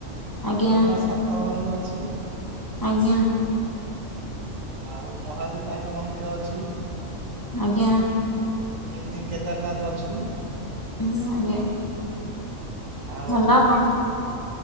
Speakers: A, on the left (about 20°); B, on the right (about 70°).
A: ଆଜ୍ଞା
B: ଯମ ସାତ ଭଉଣୀ ଅଛି।
A: ଆଜ୍ଞା।
B: ଆଉ ମହାବିନାୟକ ମନ୍ଦିର ଅଛି।
A: ଆଜ୍ଞା।
B: ମିନି କେଦାରନାଥ ଅଛି।
A: ଉଁ ଆଜ୍ଞା,
B: ଆଉ
A: ଭଲ।